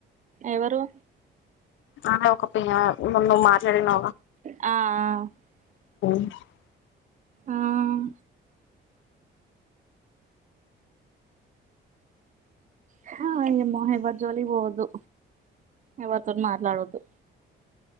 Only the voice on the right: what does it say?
ఎవరు
ఆహ్ అహ్
అహ్మ హహే ఏమో ఎవరి జోలికి పోవద్దు ఎవరితోన మాట్లాడోద్దు